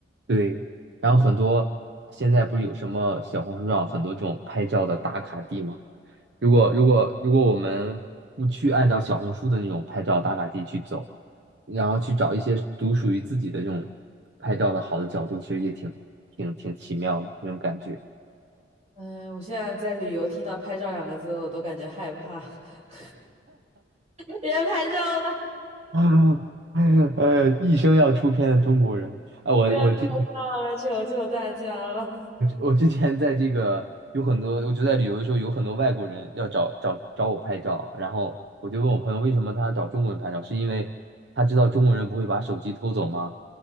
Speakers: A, on the right; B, on the right.
A: 对，然后很多现在不是有什么小红书上很多这种拍照的打卡地吗？如果如果如果我们不去按照小红书的那种拍照打卡地去走，然后去找一些独属于自己的这种拍照的好的角度，其实也挺挺挺奇妙的那种感觉。
B: 嗯，我现在在旅游，听到“拍照”两个字，我都感觉害怕，<laughs> 别拍照了。
A: 啊，哎呀，哎呀一生要出片的中国人啊！
B: <laughs>
A: 我我这
B: 别拍照了，求求大家了。
A: <laughs> 我之前在这个有很多，我就在旅游的时候有很多外国人要找找找我拍照，然后我就问我朋友为什么他要找中国人拍照，是因为他知道中国人不会把手机偷走吗？